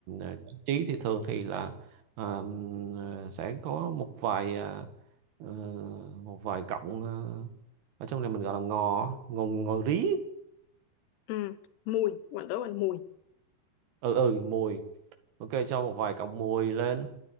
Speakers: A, on the right (about 75°); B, on the left (about 85°).
A: à, trang trí thì thường thì là à, sẽ có một vài à, ờ, một vài cọng à, ở trong này mình gọi là ngò ngò ngò rí
B: ừ mùi bọn tớ gọi là mùi
A: ừ ừ mùi ok cho một vài cọng mùi lên